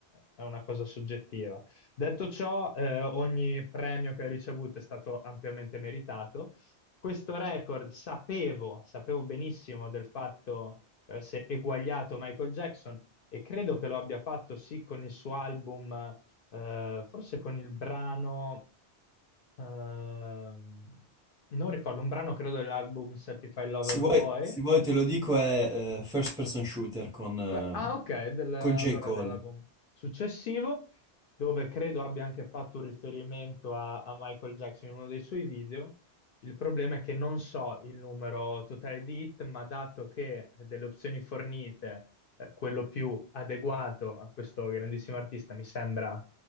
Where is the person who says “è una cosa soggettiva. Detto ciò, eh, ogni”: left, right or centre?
Left